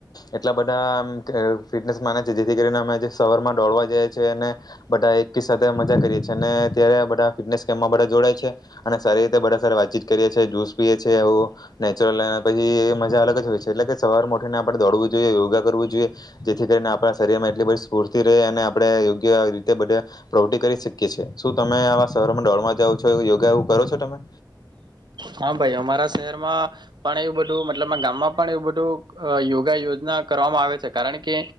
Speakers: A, on the left; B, on the right.
A: એટલા બધા આમ એ ફિટનેસ માને છે જેથી કરીને અમે જે સવારમાં દોડવા જ છીએ અને બધા એકી સાથે મજા કરીએ છીએ અને ત્યારે બધા ફિટનેસ કેપમાં બધા જોડાય છે અને સારી રીતે બધા સાથે સારી રીતે વાતચીત કરીએ છીએ, જુસ પીએ છીએ એવો નેચરલ પછી એ મજા અલગ જ હોય છે એટલે કે સવાર માંઠીને આપણે દોડવું જોઈએ, યોગા કરવું જોઈએ જેથી કરીને આપણા શરીર માં એટલી બધી સ્ફૂર્તિ રે અને આપણે યોગ્ય રીતે બધે પ્રવૃતિ કરી શકીએ છીએ. શું તમે આવા સવારમાં દોડમાં જઓ છો, યોગા એવું કરો છો તમે?
B: હા, ભાઈ અમારા શહેરમાં પણ એવું બધું મતલબ ગામમાં પણ એવું બધું યોગા યોજના કરવામાં આવે છે કારણ કે